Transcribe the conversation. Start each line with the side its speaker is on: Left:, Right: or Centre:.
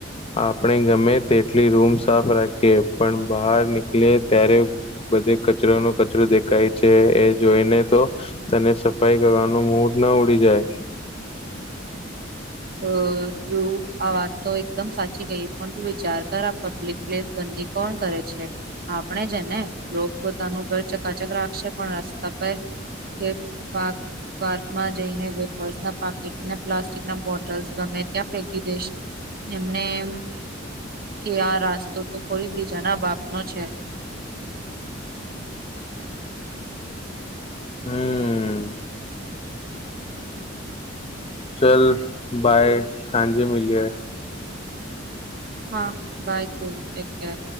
Left: આપણે ગમે તેટલી રૂમ સાફ રાખીએ. પણ બહાર નીકલીએ ત્યારે બધે કચરો નો કચરો દેખાય છે. એ જોઈને તો તને સફાઈ કરવાનું મૂળ ન ન ઉડી જાય.
Right: અ ધ્રુવ આ વાત તો એકદમ સાચી કહી પણ તું વિચાર કર આ પબ્લિક પ્લેસ ધ ગંદી કોણ કરે છે. આપણે જેને લોક પોતાનું ઘર ચકાચક રાખશે પણ રસ્તા પર કે પાક પાર્કમાં જઈને વેપર્સના પાકીટને પ્લાસ્ટિક ના બોટ ટલસ ગમે ત્યાં ફેકી દઈશ એમને એમ. કે આ રાસ્તો તો કોઈ બીજાના બાપનો છે.
Left: <inaudible> હમ્મ. ચલ બાય સાંજે મલીએ.
Right: હા બાય ધ્રુવ ટેક કેર